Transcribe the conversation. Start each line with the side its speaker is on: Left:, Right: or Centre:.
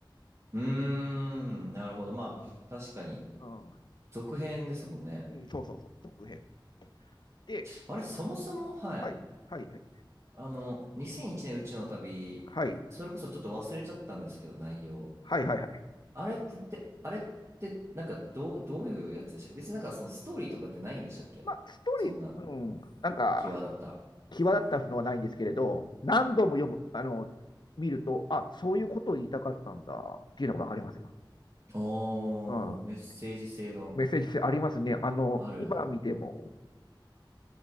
Right: うーん、なるほど。まあ、
Left: う
Right: 確かに、
Left: ん、うん、
Right: 続編ですもんね。
Left: うん、そうそうそう、続編。で、
Right: あれ、そもそも、はい。
Left: はい、はい、はい。
Right: あの、2001年宇宙の旅、
Left: はい。
Right: それこそちょっと忘れちゃったんですけど、内容。
Left: はいはいはい。
Right: あれってって、あれって、なんか、どう、どういうやつでしたっけ別になんか、そのストーリーとかってないんでしたっけそんな、
Left: まあ、ストーリー、うん、なんか、
Right: 際立った。
Left: 際立ったのはないんですけれど、何度も読む、あの、見ると、あ、そういうことを言いたかったんだっていうのがわかりますよ。
Right: おー、
Left: うん。
Right: メッセージ性の
Left: メッセージ性ありますね。あの、
Right: ある、
Left: 今見ても